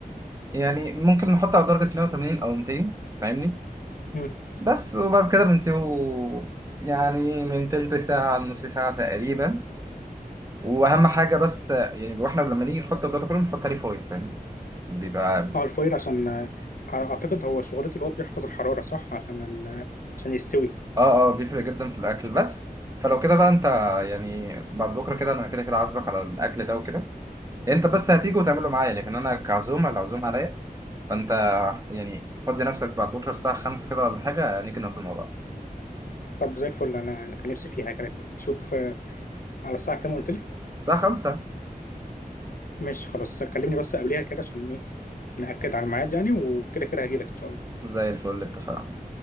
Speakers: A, on the right; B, on the left.
A: يعني ممكن نحطه على درجة 180 أو 200 فاهمني
B: مم.
A: بس وبعد كده بنسيبه يعني من تلت ساعة لنص ساعة تقريبا وأهم حاجة بس يعني واحنا لما نيجي نحط الجو ده كله بنحط عليه فويل فاهمني بيبقى
B: اه الفويل عشان آه، اعتقد هو شغلته اللي هو بيحفظ الحرارة صح عشان ال... عشان يستوي
A: اه اه بيفرق جدا في الاكل بس فلو كده بقى انت يعني بعد بكره كده انا كده كده عازمك على الاكل ده وكده يعني انت بس هتيجي وتعمله معايا لكن انا كعزومه العزومه عليا فانت يعني فضي نفسك بعد بكره الساعه 5 كده ولا حاجه نيجي ناكل مع بعض
B: طب زي الفل انا انا كان نفسي فيها كده كده. شوف آه، على الساعة كام قلت لي
A: الساعه 5
B: ماشي خلاص كلمني بس قبليها كده عشان ايه نأكد على الميعاد يعني وكده كده هجيلك ان شاء الله
A: زي الفل اتفقنا